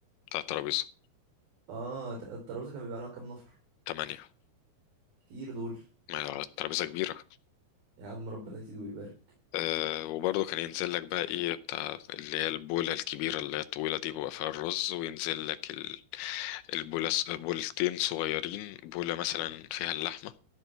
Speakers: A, on the left; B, on the right.
A: بتاع الترابيزه
B: اه ت- الترابيزة كان بيبقى لها كام نفر
A: تمانية
B: كتير دول
A: ما هي الترابيزه كبيره
B: يا عم ربنا يزيد ويبارك
A: أه وبرضه كان ينزل لك بقى ايه بتاع اللي هي البوله الكبيره اللي هي الطويله دي بيبقى فيها الرز وينزل لك ال- البوله بولتين صغيرين بوله مثلا فيها اللحمه